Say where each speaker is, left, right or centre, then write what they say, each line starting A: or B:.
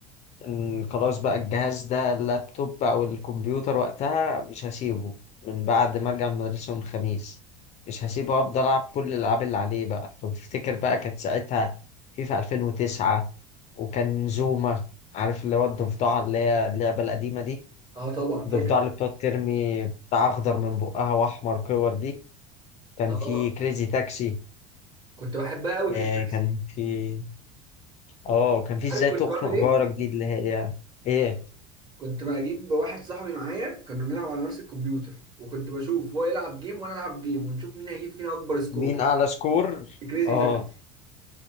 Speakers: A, on the left; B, on the right.
A: إن خلاص بقى الجهاز ده اللابتوب او الكمبيوتر وقتها مش هسيبه من بعد ما ارجع من المدرسة يوم الخميس مش هسيبه افضل العب كل الالعاب اللي عليه بقى لو تفتكر بقى كانت ساعتها فيفا 2009 وكان زوما عارف اللي هو الضفدعة اللي هي اللعبة القديمة دي
B: اه طبعا فاكر
A: الضفدعة اللي بتقعد ترمي بتاع اخضر من بقها واحمر كور دي، كان
B: اه
A: في كريزي تاكسي
B: كنت بحبها قوي كريس
A: آه
B: تاكسي
A: كان في اه وكان في ازاي
B: عارف كنت
A: تخنق
B: بعمل ايه
A: جارك دي اللي هي ايه
B: كنت بجيب واحد صاحبي معايا كنا بنلعب على نفس الكمبيوتر وكنت بشوف هو يلعب جيم وانا العب جيم ونشوف مين هيجيب فينا اكبر سكور
A: مين اعلى سكور
B: كريزي
A: اه
B: تاكس